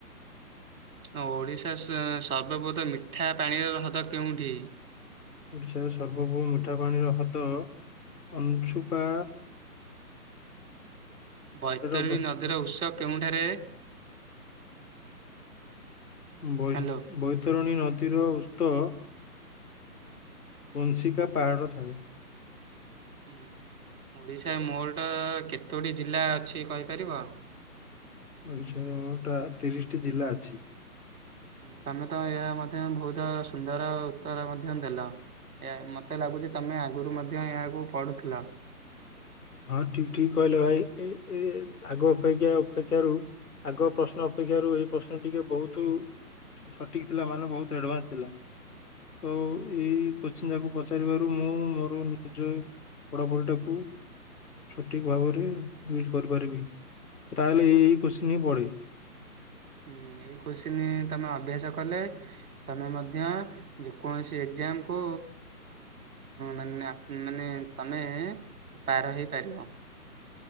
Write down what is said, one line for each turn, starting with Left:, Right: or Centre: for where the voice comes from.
Right: ଅ ଓଡିଶା ଶ ଶ୍ ସର୍ବବୃହତ ମିଠା ପାଣିର ହ୍ରଦ କେଉଁଠି?
Left: ଓଡ଼ିଶାର ସର୍ବବୃହତ୍ ମିଠା ପାଣିର ହଦ ଅଂଛୁପା
Right: <inaudible> ବୈତରଣୀ
Left: ଅବସ୍ଥିତ
Right: ନଦୀର ଉତ୍ସ କେଉଁଠାରେ
Left: ବୈସ
Right: ହ୍ୟାଲୋ
Left: ବୈତରଣୀ ନଦୀର ଉସ୍ତ୍ କୁଂସିକା ପାହାଡ଼ ଥାଲେ।
Right: ହୁଁ। ଓଡିଶା ମୋଟ କେତୋଟି ଜିଲ୍ଲା ଅଛି କହିପାରିବ?
Left: ଓଡ଼ିଶାରେ ମୋଟ ତିରିଶଟି ଜିଲ୍ଲା ଅଛି।
Right: ତମେ ତ ଏହା ମଧ୍ୟ ବହୁତ ସୁନ୍ଦର ଉତ୍ତର ମଧ୍ୟ ଦେଲ। ଏ ମତେ ଲାଗୁଚି ତମେ ଆଗରୁ ମଧ୍ୟ ଏହାକୁ ପଢୁଥିଲ।
Left: ହଁ ଠିକ୍ ଠିକ୍ କହିଲେ ଭାଇ ଏ ଏ ଆଗ ଅପେକ୍ଷା ଅପେକ୍ଷା ରୁ ଆଗ ପ୍ରଶ୍ନ ଅପେକ୍ଷାରୁ ଏଇ ପ୍ରଶ୍ନ ଟିକେ ବହୁତ ସଠିକ୍ ଥିଲା ମାନେ ବହୁତ ଆଡଭାନ୍ସ ଥିଲା। ତ ଏଇ କୋଶ୍ଚିନ୍ ଟାକୁ ପଚାରିବାରୁ ମୁଁ ମୋର ନିଜ ପଢାପଢିଟାକୁ ସଠିକ୍ ଭାବରେ ୟୁଜ୍ କରିପାରିବି। ତାହେଲେ ଏଇ ଏଇ କୋଶ୍ଚିନ୍ ହିଁ ପଡ଼େ।
Right: ହୁଁ ଏଇ କୋଶ୍ଚିନ ତମେ ଅଭ୍ୟାସ କଲେ ତମେ ମଧ୍ୟ ଯେ କୌଣସି ଏ ଏଜ୍ଜାମ୍ କୁ ମାନେ ମାନେ ତମେ ପାର ହେଇପାରିବ। <unintelligible>